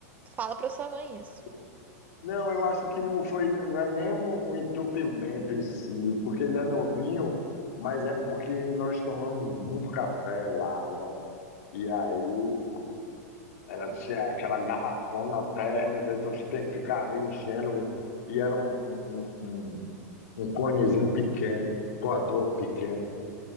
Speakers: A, on the right (about 20°); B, on the left (about 70°).
A: Fala pra sua mãe isso.
B: pois é. Não, eu acho que não foi, não é nem um, um entupimento em si, porque ele é novinho, mas é porque nós tomamos muito café lá, né? E aí Era assim, aquela garrafona térmica, então você tem que ficar ali enchendo. E era um, um, um, um um conezinho pequeno, coador pequeno.